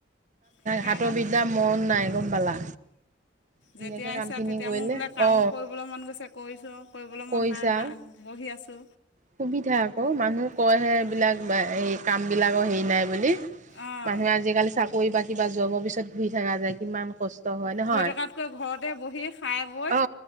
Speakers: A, on the left; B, on the right.
A: সেইকাৰণে
B: হাতৰ বিদাৰ মন নাই গম পালা ধুনীয়াকে
A: যেতিয়া
B: কাম
A: ইচ্ছা
B: খিনি
A: তেতিয়া
B: কৰিলে
A: মোৰ বোলে কাম
B: অ।
A: কৰিবলৈ মন গৈছে কৰিছোঁ কৰিবলৈ
B: কৰিছা
A: নাই না বহি আছো।
B: সুবিধা আকৌ মানুহ কয়হে
A: সুবিধা
B: এইবিলাক এই কাম বিলাকৰ হেৰি নাই বুলি।
A: অঁ
B: মানুহে আজিকালি। কৰি বা কিবা যোৱব পিছত। <unintelligible> ঘুই থকা যায় কিমান কষ্ট হয় নহয়
A: ঘূৰি থকাতকৈ ঘৰতে বহি খাই বৈ
B: অ